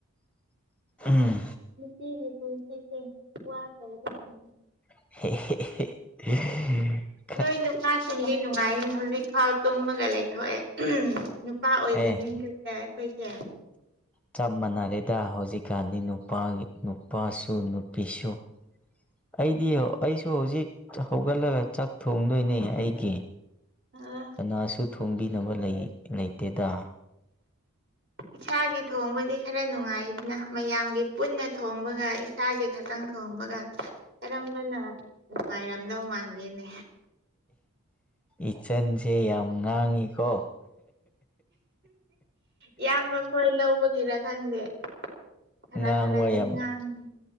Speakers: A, in the centre; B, on the right.
A: ꯎꯝ
B: ꯅꯨꯄꯤꯒꯤ ꯄꯨꯟꯁꯤꯁꯦ ꯋꯥꯈ꯭ꯔꯕꯖꯥꯠꯅꯤ
A: <unintelligible>
B: ꯅꯣꯏ ꯅꯨꯄꯥꯁꯤꯡꯗꯤ ꯅꯨꯡꯉꯥꯏ ꯍꯧꯖꯤꯛꯐꯥꯎ ꯇꯨꯝꯃꯒ ꯂꯩꯊꯣꯛꯑꯦ ꯅꯨꯄꯥ ꯑꯣꯏꯖꯅꯤꯡꯈ꯭ꯔꯦꯗ
A: ꯑꯦ
B: ꯑꯩꯈꯣꯏꯁꯦ
A: ꯆꯞ ꯃꯥꯟꯅꯔꯦꯗ ꯍꯧꯖꯤꯛꯀꯥꯟꯗꯤ ꯅꯨꯄꯥ ꯅꯨꯄꯥꯁꯨ ꯅꯨꯄꯤꯁꯨ ꯑꯩꯗꯤ ꯑꯩꯁꯨ ꯍꯧꯖꯤꯛ ꯍꯧꯒꯠꯂꯒ ꯆꯥꯛ ꯊꯣꯡꯗꯣꯏꯅꯦ ꯑꯩꯒꯤ
B: ꯑꯥ
A: ꯅꯥꯁꯨ ꯊꯣꯡꯕꯤꯅꯕ ꯂꯩ ꯂꯩꯇꯦꯗꯥ
B: ꯏꯁꯥꯒꯤ ꯊꯣꯡꯕꯗꯤ ꯈꯔ ꯅꯨꯡꯉꯥꯏꯗꯅ ꯃꯌꯥꯝꯒꯤ ꯄꯨꯟꯅ ꯊꯣꯡꯕꯒ ꯑꯩ ꯏꯁꯥꯒꯤ ꯈꯛꯇꯪ ꯊꯣꯡꯕꯒꯥ ꯀꯔꯝꯕꯅ ꯅꯨꯡꯉꯥꯏꯔꯝꯗꯧ ꯃꯥꯟꯒꯦꯅꯦ
A: ꯏꯆꯟꯁꯦ ꯌꯥꯝ ꯉꯥꯡꯉꯤꯀꯣ
B: ꯏꯌꯥꯝꯕꯈꯣꯏ ꯂꯧꯕꯒꯤꯔꯥ ꯈꯪꯗꯦ ꯈꯔ
A: ꯉꯥꯡꯕ
B: ꯈꯔꯗꯤ
A: ꯌꯥꯝ
B: ꯉꯥꯡꯏ